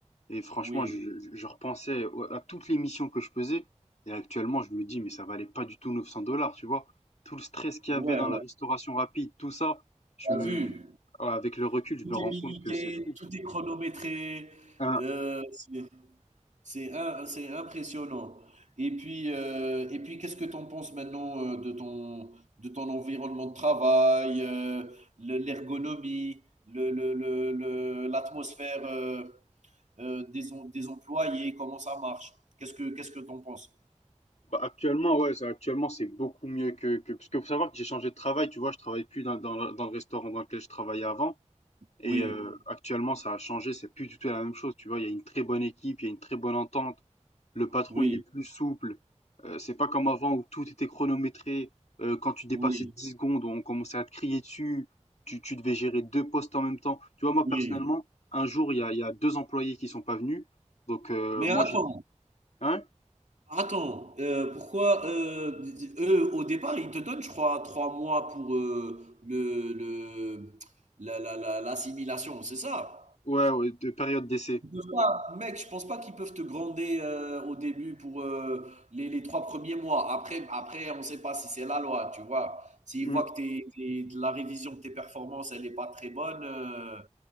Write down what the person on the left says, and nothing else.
Et franchement,
je, je- je repensais au- à toutes les missions que je faisais. Et actuellement, je me dis, mais ça valait pas du tout 900 dollars, tu vois. Tout le stress qu'il
y avait dans la restauration rapide, tout ça, je
me,
avec le recul, je
me rends
compte que c'est fou.
Hein,
bah, actuellement, ouais, ça, actuellement, c'est beaucoup mieux que, que, parce que faut savoir que j'ai changé de travail, tu vois, je travaille plus dans, dans, le- dans le restaurant dans lequel je travaillais avant. Et
euh, actuellement, ça a changé, c'est plus du tout la même chose, tu vois. Il y a une très bonne équipe, il y a une très bonne entente. Le patron,
il est plus souple. Euh, c'est pas comme avant où tout était chronométré. Euh, quand tu dépassais
10 secondes, on commençait à te crier dessus. Tu, tu devais gérer deux postes en même temps. Tu vois, moi,
personnellement, un jour, il y a, il y a deux employés qui sont pas venus. Donc, euh,
moi,
j'ai dit, hein?
Ouais, ouais, de période d'essai.
Mm.